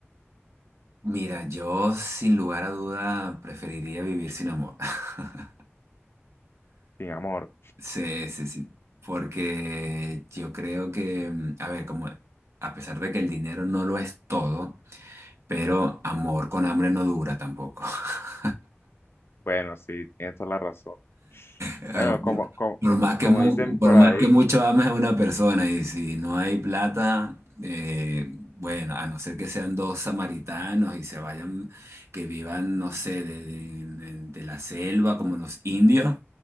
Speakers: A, on the right (about 85°); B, on the left (about 60°).
A: Mira, yo sin lugar a duda preferiría vivir sin amor. <laughs>
B: Sin amor.
A: Sí, sí, sí. Porque yo creo que, mm, a ver, como a pesar de que el dinero no lo es todo, pero amor con hambre no dura tampoco. <laughs>
B: Bueno, sí, tienes toda la razón.
A: Eh,
B: Bueno, como,
A: Por,
B: como,
A: por más que
B: como
A: mu-
B: dicen
A: por
B: por
A: más
B: ahí,
A: que mucho ames a una persona y si no hay plata, eh, bueno, a no ser que sean dos samaritanos y se vayan, que vivan, no sé, de, de- de- de la selva como los indios,